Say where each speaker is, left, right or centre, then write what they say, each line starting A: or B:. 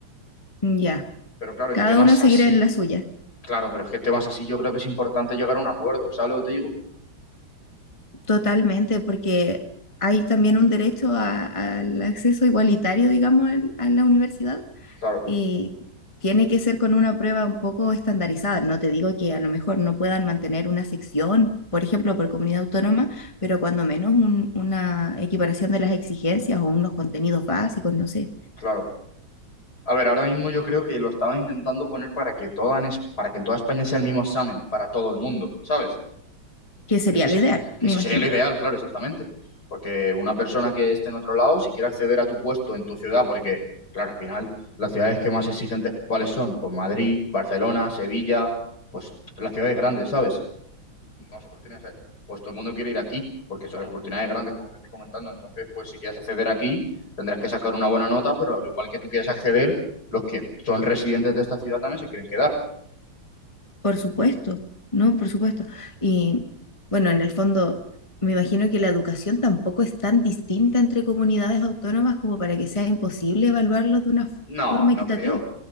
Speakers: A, on the left; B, on the left.
A: Ya,
B: Pero claro, en
A: cada
B: temas
A: uno seguirá
B: así,
A: en la suya,
B: claro, pero es que en temas así yo creo que es importante llegar a un acuerdo, ¿sabes lo que te digo?
A: totalmente, porque hay también un derecho a- al acceso igualitario, digamos, al- a la universidad
B: Claro,
A: y tiene que ser con una prueba un poco estandarizada. No te digo que a lo mejor no puedan mantener una sección, por ejemplo, por comunidad autónoma, pero cuando menos un- una equiparación de las exigencias o unos contenidos básicos, no sé,
B: claro. A ver, ahora mismo yo creo que lo estaban intentando poner para que toda en es- para que en toda España sea el mismo examen para todo el mundo, ¿sabes?
A: que sería
B: Que eso, se-
A: lo ideal,
B: que
A: me
B: eso
A: imagino.
B: sería lo ideal, claro, exactamente. Porque una persona que esté en otro lado, si quiere acceder a tu puesto en tu ciudad, porque, claro, al final, las ciudades que más exigentes, ¿cuáles son? Pues Madrid, Barcelona, Sevilla, pues las ciudades grandes, ¿sabes? Más oportunidades. hay. Pues todo el mundo quiere ir aquí, porque son las oportunidades grandes, como te estoy comentando. Entonces, pues si quieres acceder aquí, tendrás que sacar una buena nota, pero al igual que tú quieres acceder, los que son residentes de esta ciudad también se quieren quedar.
A: Por supuesto, no, por supuesto. Y bueno, en el fondo, me imagino que la educación tampoco es tan distinta entre comunidades autónomas como para que sea imposible evaluarlos de una
B: No,
A: forma
B: no
A: equitativa.
B: creo.